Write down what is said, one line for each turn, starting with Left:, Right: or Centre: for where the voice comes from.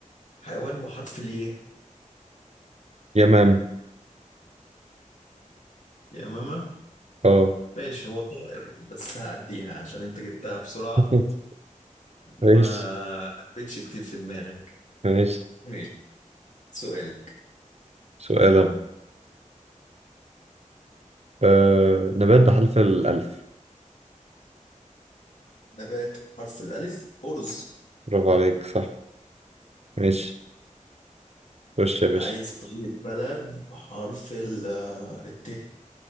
Left: حيوان بحرف الياء
Right: يا ماما
Left: يا ماما
Right: اه
Left: ماشي هو طائر بس هعديها عشان أنت جبتها بسرعة
Right: <laughs> ماشي
Left: ما حبيتش كتير في دماغك
Right: ماشي
Left: ماشي سؤالك
Right: سؤال انا آه نبات بحرف الألف
Left: نبات حرف الألف أرز
Right: برافو عليك صح ماشي خش يا باشا
Left: عايز طريقة بلد بحرف ال آه، الت